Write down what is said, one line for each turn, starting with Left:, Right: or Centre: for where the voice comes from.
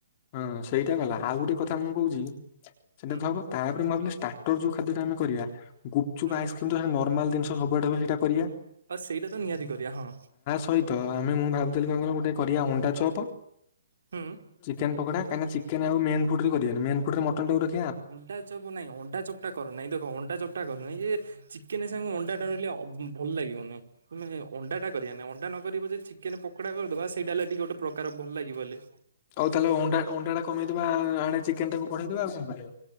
Left: ହଁ ସେଇଟା ଗଲା ଆଉ ଗୋଟେ କଥା ମୁଁ କହୁଛି ସେଟା
Right: ହୁଁ
Left: ତ ହବ। ତାପରେ ମୁଁ ଭାବିଲି ଷ୍ଟାର୍ଟର ଯୋଉ ଖାଦ୍ୟ ଟ ଆମେ କରିବା ଗୁପଚୁପ୍
Right: ହୁଁ
Left: ଆଇସ କ୍ରି କିନ୍ତୁ ହେ ନର୍ମାଲ ଜିନିଷ ହବାଟେ ବି ହେଟା କରିବା।
Right: ଆ ସେଇଟା ତ ନିହାତି କରିବା ହଁ।
Left: ହ ହିତ ଆମେ ମୁଁ ଭାବୁଥିଲି କଣ କହିଲ ଗୋଟେ କରିବା ଅଣ୍ଟା ଚପ
Right: ହୁଁ।
Left: ଚିକେନ ପକୋଡ଼ା କାହିଁ ନା ଚିକେନ ଆଉ ମେନ୍ ଫୁଡ୍ ରେ କରିବାନି ମେନ୍ ଫୁଡ୍ ରେ ମଟନ୍ ଟାକୁ ର
Right: ଅଣ୍ଟା ଚପ୍ ନାଇଁ ଅଣ୍ଡା ଚପ୍ଟା କର ନାଇଁ ଦେଖ ଅଣ୍ଡା ଚପ୍ଟା କରନାହିଁ ଯେ ଚିକେନ ସାଙ୍ଗ ଅଣ୍ଡା ଟା ରହିଲେ ଅବ ଭଲ ଲାଗିବ ନି। <unintelligible> ଅଣ୍ଡା ଟା କରିବାନି ଅଣ୍ଡା ନକି ପଛେ ଚିକେନ ପକୋଡା କରିଦବା ସେଇଡା ଲେଡି ଗୋଟ ପ୍ରକାର ଭଲ ଲାଗିବ ବୋଲି।
Left: ଅଉ ତାହେଲେ ଅଣ୍ଡା ଅଣ୍ଡା ଟା କମେଇଦବା ଆ ଆଣେ ଚିକେନ ଟାକୁ ପଢେଇଦବା ଆଉ କଁ କରିବା।